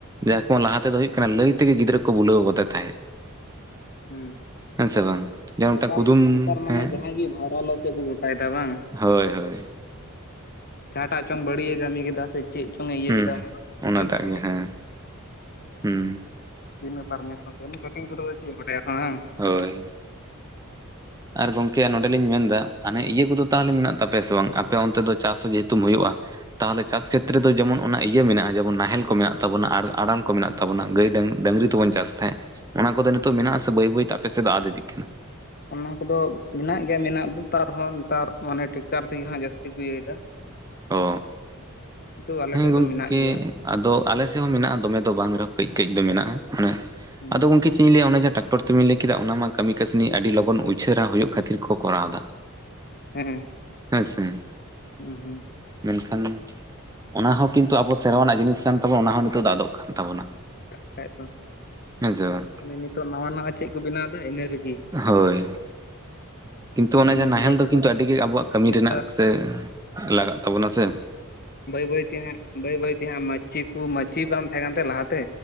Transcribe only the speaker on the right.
ᱡᱟ ᱞᱟᱦᱟ ᱛᱮᱫᱚ ᱦᱚ ᱦᱩᱭᱩᱜ ᱠᱟᱱᱟ ᱞᱟᱹᱭ ᱛᱮᱜᱮ ᱜᱤᱫᱽᱨᱟᱹ ᱠᱚ ᱵᱩᱞᱟᱹᱣ ᱠᱟ ᱛᱟᱦᱮᱸᱫ
ᱦᱮᱸ ᱥᱮ ᱵᱟᱝ ᱡᱮᱢᱚᱱ
ᱢᱤᱫᱴᱟᱝ ᱠᱩᱫᱩᱢ
ᱦᱮᱸ
ᱦᱚᱭ ᱦᱚᱭ
ᱦᱩᱸ
ᱚᱱᱟᱴᱟᱜ
ᱜᱮ ᱦᱮᱸ ᱦᱩᱸ
ᱦᱚᱭ ᱟᱨ ᱜᱚᱢᱠᱮ ᱱᱚᱸᱰᱮᱮᱞᱤᱧ ᱢᱮᱱᱫᱟ ᱦᱟᱱᱮ ᱤᱭᱟᱹ ᱠᱚᱫᱚ ᱛᱟᱦᱚᱞᱮ ᱢᱮᱱᱟᱜ ᱛᱟᱯᱮᱭᱟ ᱥᱮ ᱵᱟᱝ ᱟᱯᱮ ᱚᱱᱛᱮ ᱫᱚ ᱪᱟᱥ ᱦᱚᱸ ᱡᱮᱦᱮᱛᱩᱢ ᱦᱩᱭᱩᱜᱼᱟ᱾ ᱛᱟᱦᱚᱞᱮ ᱪᱟᱥ ᱠᱷᱮᱛᱨᱮ ᱫᱚ ᱡᱮᱢᱚᱱ ᱚᱱᱟ ᱤᱭᱟᱹ ᱢᱮᱱᱟᱜᱼᱟ ᱡᱮᱢᱚᱱ ᱱᱟᱦᱮᱞ ᱠᱚ ᱢᱮᱱᱟᱜ ᱛᱟᱵᱚᱱᱟ ᱟᱲᱟᱝ ᱠᱚ ᱢᱮᱱᱟᱜ ᱛᱟᱵᱚᱱᱟ ᱜᱟᱹᱭ ᱰᱟᱹᱝᱨᱤ ᱛᱮᱵᱚᱱ ᱪᱟᱥ ᱛᱟᱦᱮᱸᱫ ᱚᱱᱟ ᱠᱚᱫᱚ ᱱᱤᱛᱚᱜ ᱢᱮᱱᱟᱜ ᱟᱥᱮ ᱵᱟᱹᱭ ᱵᱟᱹᱭᱛᱮ ᱟᱯᱮᱥᱮᱫ ᱫᱚ ᱟᱫ ᱤᱫᱤᱜ ᱠᱟᱱᱟ᱾
ᱚ
ᱦᱮᱸ
ᱜᱚᱢᱠᱮ
ᱟᱫᱚ ᱟᱞᱮ ᱥᱮᱫ ᱦᱚᱸ ᱢᱮᱱᱟᱜᱼᱟ ᱫᱚᱢᱮ ᱫᱚ ᱵᱟᱝ ᱨᱮᱦᱚᱸ ᱠᱟᱹᱡ ᱠᱟᱹᱡ ᱫᱚ ᱢᱮᱱᱟᱜᱼᱟ
ᱟᱫᱚ ᱜᱚᱝᱠᱮ ᱪᱮᱫ ᱤᱧ ᱞᱟᱹᱭᱟ ᱚᱱᱟ ᱡᱟᱦᱟᱸ ᱴᱟᱠᱴᱚᱨ ᱛᱟᱢᱤᱧ ᱞᱟᱹᱭ ᱠᱮᱫᱟ ᱚᱱᱟ ᱢᱟ ᱠᱟᱹᱢᱤ ᱠᱟᱹᱥᱱᱤ ᱟᱹᱰᱤ ᱞᱚᱜᱚᱱ ᱩᱪᱟᱹᱨᱟ ᱦᱩᱭᱩᱜ ᱠᱷᱟᱹᱛᱤᱨ ᱠᱚᱨᱟᱣ ᱮᱫᱟ
ᱦᱮ ᱥᱮ
ᱢᱮᱱᱠᱷᱟᱱ ᱚᱱᱟ ᱦᱚᱸ ᱠᱤᱱᱛᱩ ᱟᱵᱚ ᱥᱮᱨᱣᱟᱱᱟᱜ ᱡᱤᱱᱤᱥ ᱠᱟᱱ ᱛᱟᱵᱚᱱᱟ ᱚᱱᱟᱦᱚᱸ ᱱᱤᱛᱚᱜ ᱟᱫᱚᱜ ᱠᱟᱱ ᱛᱟᱵᱚᱱᱟ᱾
ᱦᱮᱸ ᱥᱮ ᱵᱟᱝ
ᱦᱚᱭ ᱠᱤᱱᱛᱩ ᱚᱱᱮ
ᱱᱟᱦᱮᱞ ᱫᱚ
ᱠᱤᱱᱛᱩ ᱟᱹᱰᱤ ᱜᱮ ᱟᱵᱚᱣᱟᱜ ᱠᱟᱹᱢᱤ
ᱨᱮᱱᱟᱜ ᱥᱮ ᱞᱟᱜᱟᱜ ᱛᱟᱵᱚᱱᱟ ᱥᱮ